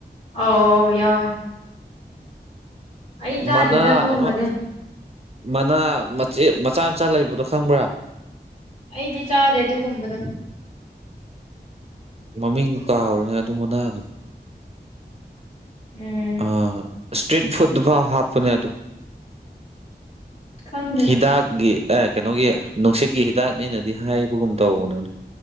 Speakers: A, on the left (about 40°); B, on the right (about 35°).
A: ꯑꯧ ꯑꯧ ꯌꯥꯎꯋꯦ ꯑꯩ
B: ꯃꯅꯥ
A: ꯆꯥꯗꯦꯗ ꯑꯗꯨꯒꯨꯝꯕꯗꯤ
B: ꯑꯃ ꯃꯅꯥ ꯃꯆꯦ ꯃꯆꯥ ꯃꯆꯥ ꯂꯩꯕꯗꯣ ꯈꯪꯕ꯭ꯔꯥ
A: ꯑꯩꯗꯤ ꯆꯥꯗꯦ ꯑꯗꯨꯒꯨꯝꯕꯗ‌ꯣ
B: ꯃꯃꯤꯡ ꯀꯥꯎꯔ‌ꯦꯅꯦ ꯑꯗꯨ ꯃꯅꯥꯗꯣ
A: ꯎꯝ
B: ꯑꯥ ꯏꯁꯇ꯭ꯔꯤꯠ ꯐꯨꯗ ꯐꯥꯎ ꯍꯥꯞꯄꯅꯦ ꯑꯗꯣ
A: ꯈꯪꯗꯦꯗ
B: ꯍꯤꯗꯥꯛꯀꯤ ꯑꯥ ꯀꯩꯅꯣꯒꯤ ꯅꯨꯡꯁꯤꯠꯀꯤ ꯍꯤꯗꯥꯛꯅꯦꯅꯗꯤ ꯍꯥꯏꯕꯒꯨꯝ ꯇꯧꯕꯅ‌ꯣ